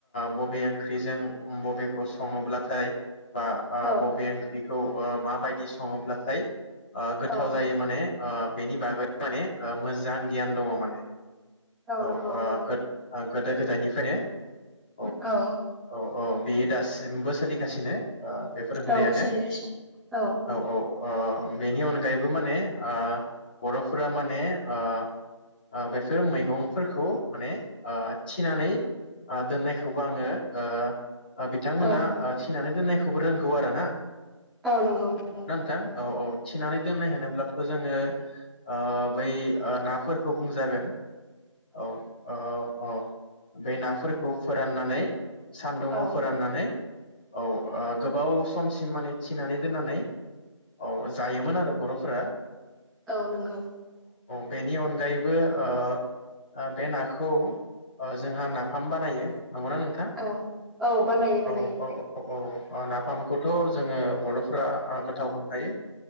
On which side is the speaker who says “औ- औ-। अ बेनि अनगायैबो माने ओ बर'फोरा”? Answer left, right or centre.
Left